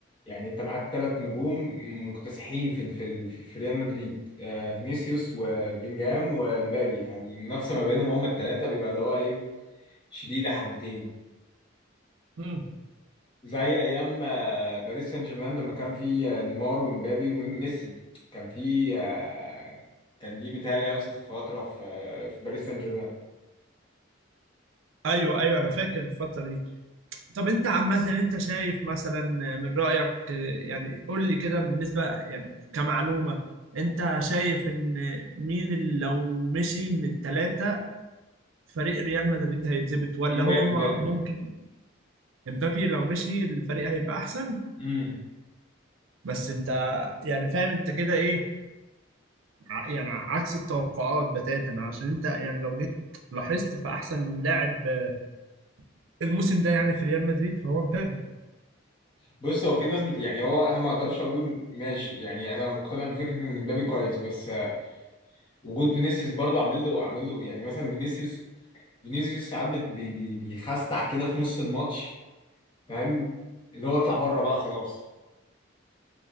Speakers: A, on the left; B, on the right.
A: يعني انت معاك ثلاث نجوم مكتسحين في في ال- في ريال مدريد آه فينيسيوس وبلينجهام ومبابي فالمنافسه ما بينهم هم الثلاثه بيبقى اللي هو ايه شديده حبتين
B: مم.
A: زي ايام آه، باريس سان جيرمان لما كان في آه، نيمار ومبابي وميسي كان في آه، كان دي متهيألي اوسخ فتره في آه، في باريس سان جيرمان
B: ايوه ايوه انا فاكر الفتره دي طب انت عامه انت شايف مثلا من رايك آه، يعني قول لي كده بالنسبه يعني كمعلومه انت شايف ان مين اللي لو مشي من الثلاثه فريق ريال مدريد هيتظبط ولا
A: مبابي
B: هو ما-
A: مبابي
B: ممكن امبابي لو مشي الفريق هيبقى احسن
A: مبابي
B: بس انت يعني فاهم انت كده ايه ع- يعني عكس التوقعات بتاتا عشان انت يعني لو جيت لاحظت فاحسن لاعب آه، الموسم ده يعني في ريال مدريد فهو امبابي
A: بص هو في ناس بت... يعني هو انا ما اقدرش اقول ماشي يعني انا مقتنع بفكره ان مبابي كويس بس آه، وجود فينيسيوس برضو عامل له عامل له يعني مثلا فينيسيوس فينيسيوس ساعات بت- بي... بي... بيخستع كده في نص الماتش فاهم اللي هو اطلع بره بقى خلاص